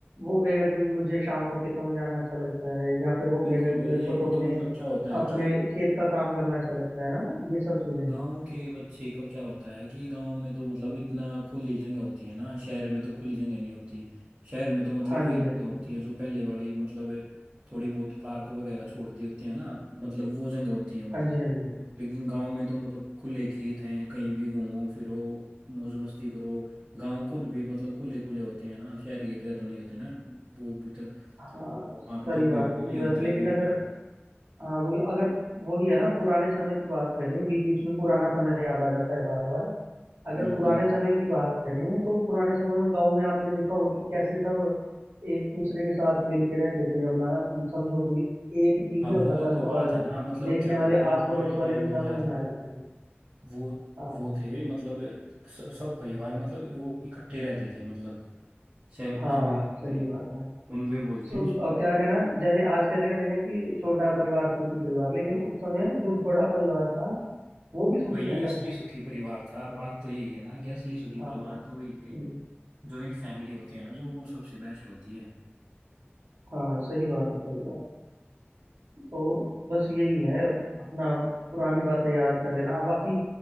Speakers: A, on the right; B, on the right.
A: वो कहेगा कि मुझे शाम को खेतों में जाना अच्छा लगता है या फिर वो
B: बिल्कुल
A: कहेगा कि
B: भाई
A: मेरे को
B: वो
A: तो अपने
B: तो मतलब क्या होता है
A: अपने
B: कि
A: खेत का काम करना अच्छा लगता है ना ये सब चीज़ें हैं
B: गांव के बच्चे का क्या होता है कि गांव में तो मतलब इतना खुली जगह होती है ना शहर में तो खुली जगह नहीं होती शहर में तो मतलब
A: हाँ
B: वही
A: जी
B: जगह
A: हाँ जी
B: होती
A: हाँ जी
B: है जो पहले वाली मतलब थोड़ी बहुत पार्क वगैरह छोड़ दी होती है ना मतलब वो जगह होती है
A: हाँ जी हाँ जी हाँ जी।
B: लेकिन गांव में तो मतलब खुले खेत हैं कहीं भी घूमो फिरो मौज मस्ती करो गांव खुद भी मतलब खुले खुले होते हैं ना शहर की तरह तो नहीं होते ना वो भीतर
A: हाँ, सही
B: वहां पे तो
A: बात
B: भीड़
A: है सही
B: मची होती
A: बात है लेकिन
B: है भीड़
A: अगर
B: भाड़
A: हाँ वही अगर वही है ना पुराने समय की बात करें बीच बीच में पुराना समय याद आ जाता है बार बार अगर
B: बिल्कुल
A: पुराने समय की बात करें तो पुराने समय में गांव में आपने देखा होगा कि कैसे सब एक दूसरे के साथ मिलके रहते थे अपना उम, समझो कि एक टीवी
B: हाँ
A: होता
B: वो
A: था
B: तो बात
A: और
B: है ना मतलब
A: देखने
B: क्या
A: वाले
B: था कि
A: आस
B: पुराने
A: पड़ोस वाले
B: टाइम
A: भी सब
B: में क्या
A: वहीं
B: था
A: आ जाते थे
B: वो
A: हाँ
B: वो थे मतलब स- सब परिवार मतलब वो इकट्ठे रहते थे मतलब शहर
A: हाँ
B: उसमें रहते
A: सही
B: थे
A: बात है
B: कुनबे बोलते
A: सो
B: हैं उसको
A: अ, क्या कहना जैसे आजकल कहते हैं ना कि छोटा परिवार सुखी परिवार लेकिन उस समय जो बड़ा परिवार था वो भी सुखी
B: वही
A: रहता
B: असली
A: था
B: सुखी परिवार था बात तो यही है ना कि असली सुखी
A: हाँ
B: परिवार तो वही थे
A: हम्म,
B: जॉइंट फैमिली होती है ना जो वो सबसे बेस्ट होती है
A: हाँ सही बात है सही बात है। तो बस यही है अपना पुरानी बातें याद कर लेना अब बाकी